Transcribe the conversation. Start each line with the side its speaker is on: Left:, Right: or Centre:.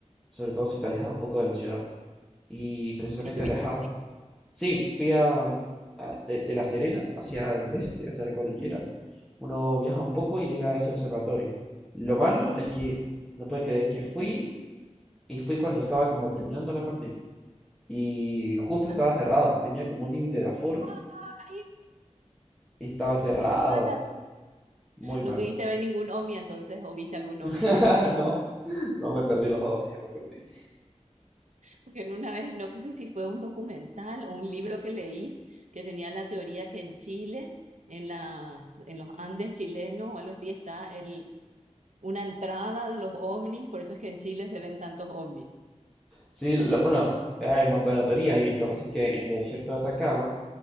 Centre: sobre todo si te alejas un poco de la ciudad. Y precisamente
Right: y estuviste
Centre: alejado,
Right: ahí.
Centre: sí, fui a, a- de, de La Serena hacia el este, hacia la cordillera, Uno viaja un poco y llega a ese observatorio. Lo malo es que no puedes creer que fui y fui cuando estaba como terminando la pandemia. Y justo
Right: Ah,
Centre: estaba cerrado, tenía como un límite de aforo
Right: ¡Ay,
Centre: y estaba cerrado.
Right: qué mala
Centre: Muy mal.
Right: No pudiste ver ningún ovni entonces, o viste algún
Centre: <laughs>
Right: ovni.
Centre: No, no me perdí los ovnis, los perdí.
Right: Porque en una vez, no sé si fue un documental o un libro que leí, que tenía la teoría que en Chile, en la, en los Andes chilenos o algo así, está el, una entrada de los ovnis, por eso es que en Chile se ven tantos ovnis.
Centre: Sí, lo- bueno, hay un montón de teorías y lo que pasa es que en el desierto de Atacama